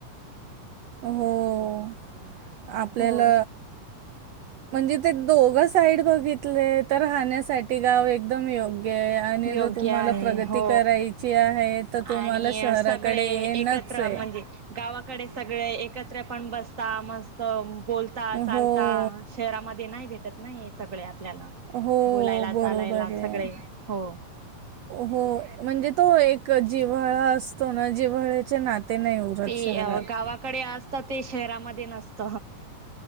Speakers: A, on the right (about 65°); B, on the right (about 25°).
A: हो आपल्याला
B: हो.
A: म्हणजे ते दोघ साईड बघित ते तर राहण्यासाठी गाव एकदम योग्य आहे. आणि
B: योग्य
A: जर तुम्हाला
B: आहे
A: प्रगती
B: हो.
A: करायची आहे. तर तुम्हाला
B: आणि
A: शहराकडे
B: सगळे
A: येणंच
B: एकत्र
A: आहे
B: म्हणजे गावाकडे सगळे एकत्र पण बसता मस्त बोलता
A: हो
B: चालता शहरामध्ये नाही भेटत पण नाही सगळे आपल्या
A: हो
B: बोलायला
A: बरोबर
B: चालायला
A: आहे
B: सगळे हो
A: हो म्हणजे तो एक जिव्हाळा असतो ना जिव्हाळ्याचे नाते नाही उरत
B: ते
A: शहरात
B: गावाकडे असत ते शहरामध्ये नसत